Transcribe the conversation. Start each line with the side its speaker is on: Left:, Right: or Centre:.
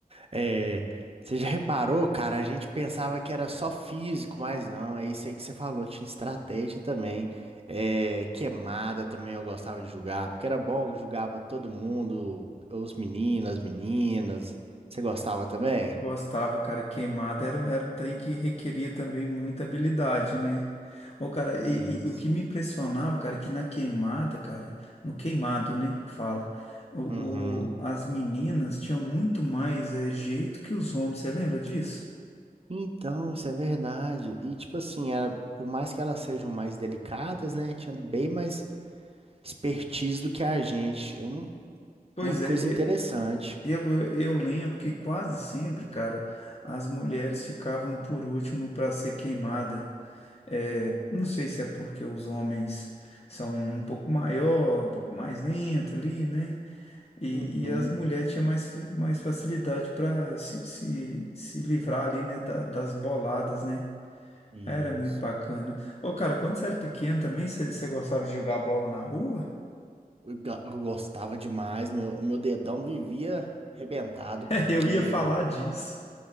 Right: É, você já reparou, cara? A gente pensava que era só físico, mas não, é isso aí que você falou, tinha estratégia também. É, queimada também eu gostava de jogar, porque era bom, eu jogava todo mundo, os meninos, as meninas. Você gostava também?
Left: Gostava, cara, queimada era, era um trem que requeria também muita habilidade, né? Ô, cara, e,
Right: Isso.
Left: e- e o que me impressionava, cara, é que na queimada, cara, no queimado, né, que fala, o,
Right: Uhum.
Left: o- as meninas tinham muito mais eh, jeito que os homens, você lembra disso?
Right: Então, isso é verdade. E tipo assim, era, por mais que elas sejam mais delicadas, né? Tinha bem mais expertise do que a gente. Um-
Left: Pois
Right: uma coisa
Left: é,
Right: interessante.
Left: e- eu, eu, eu lembro que quase sempre, cara, as mulheres ficavam por último para ser queimada. É, não sei se é porque os homens são um pouco maior, um pouco mais lento ali, né? E,
Right: Uhum.
Left: e as mulheres tinham mais, fi- mais facilidade para se, se, se livrar ali, né? da- das boladas, né?
Right: Isso.
Left: Era muito bacana. Ô, cara, quando você era pequeno também, você você gostava de jogar bola na rua?
Right: Eu ga- eu gostava demais, meu, meu dedão vivia arrebentado,
Left: <laughs>
Right: porque
Left: Eu ia falar disso.